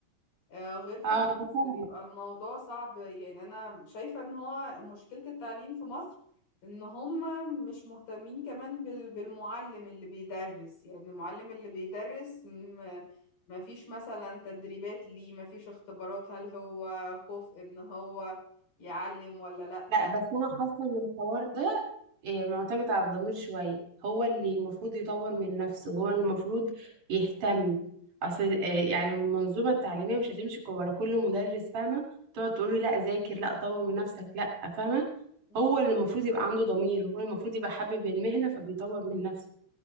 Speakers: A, on the left; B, on the right.
A: آه، غير في
B: اه أنا
A: الفصل
B: فاهمة.
A: بيبقى الموضوع صعب يعني انا شايفة ان هو مشكلة التعليم في مصر ان هم مش مهتمين كمان بال- بالمعلم اللي بيدرس يعني المعلم اللي بيدرس م- ما فيش مثلا تدريبات ليه ما فيش اختبارات هل هو كفء ان هو يعلم ولا لا
B: لا بس انا حاسه ان الحوار ده إيه، معتمد على الضمير شويه هو اللي المفروض يطور من نفسه هو المفروض يهتم اصل آه، يعني المنظومه التعليميه مش هتمشي ورا كل مدرس فاهمه تقعد تقول له لا ذاكر لا طور من نفسك لا فاهمه
A: مم.
B: هو اللي المفروض يبقى عنده ضمير هو المفروض يبقى حابب المهنه فبيطور من نفسه